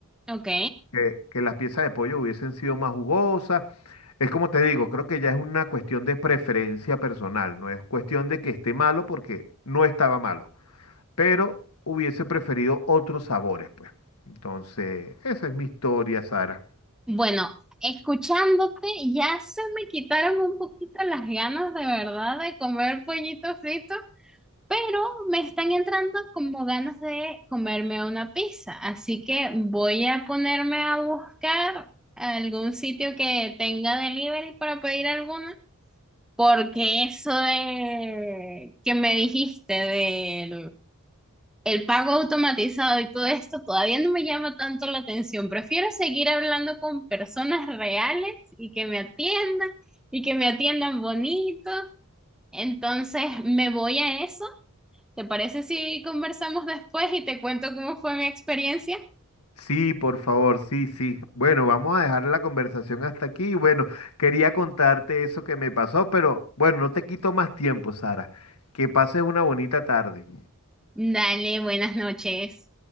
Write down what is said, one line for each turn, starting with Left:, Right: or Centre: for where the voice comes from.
Centre: ok.
Left: que, que las piezas de pollo hubiesen sido más jugosas. Es como te digo, creo que ya es una cuestión de preferencia personal, no es cuestión de que esté malo porque no estaba malo, pero hubiese preferido otros sabores, pues. Entonces, esa es mi historia, Sara.
Centre: Bueno, escuchándote ya se me quitaron un poquito las ganas de verdad de comer pollito frito, pero me están entrando como ganas de comerme una pizza, así que voy a ponerme a buscar algún sitio que tenga delivery para pedir alguna, porque eso de que me dijiste el pago automatizado y todo esto todavía no me llama tanto la atención. Prefiero seguir hablando con personas reales y que me atiendan y que me atiendan bonito. Entonces me voy a eso. ¿Te parece si conversamos después y te cuento cómo fue mi experiencia?
Left: Sí, por favor, sí, sí. Bueno, vamos a dejar la conversación hasta aquí. Bueno, quería contarte eso que me pasó, pero bueno, no te quito más tiempo, Sara. Que pases una bonita tarde.
Centre: Dale, buenas noches.